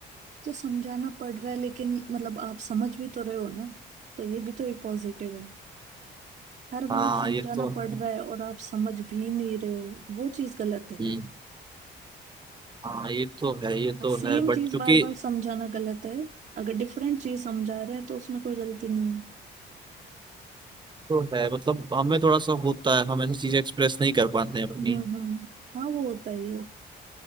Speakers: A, on the right; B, on the right.
A: तो समझाना पड़ रहा है लेकिन मतलब आप समझ भी तो रहे हो ना तो ये भी तो एक पॉजिटिव है हर
B: हाँ
A: बार समझाना
B: ये तो है।
A: पड़ रहा है और आप समझ भी नहीं रहे हो वो चीज गलत है
B: हम्म हाँ ये तो है ये तो
A: सेम
B: है बट
A: चीज
B: क्योंकि
A: बार बार समझाना गलत है अगर डिफरेंट चीज समझा रहे हैं तो उसमें कोई गलती नहीं है
B: तो है मतलब हमें थोड़ा सा होता है हम ऐसी चीजें एक्सप्रेस नहीं कर पाते हैं अपनी
A: हम्म हम्म हाँ वो होता ही है